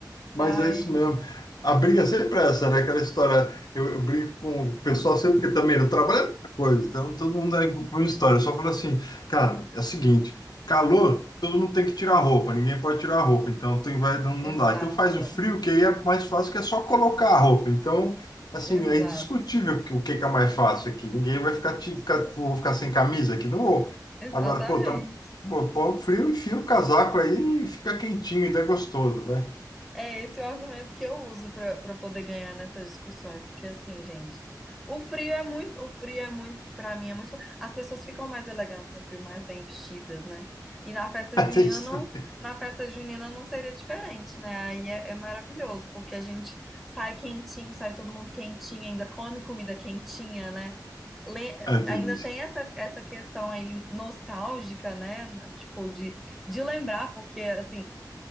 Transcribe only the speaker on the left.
Mas
é isso mesmo. A briga é sempre essa, né? Aquela história. Eu, eu brigo com o pessoal sempre, porque também no trabalho é a mesma coisa. Então, todo mundo é com uma história. Eu só falo assim, cara, é o seguinte: calor, todo mundo tem que tirar a roupa, ninguém pode tirar a roupa. Então, tem, vai, não, não
dá. Então, faz o frio, que aí é mais fácil, que é só colocar a roupa. Então, assim,
é indiscutível que- o que, que é mais fácil aqui. Ninguém vai ficar, te- ficar, vou ficar sem camisa aqui, não vou.
Agora, pô, tá, pô, pô, frio, enfia o casaco aí e fica quentinho, ainda é gostoso, né?
<laughs> Atende
também.
Ah, tem
isso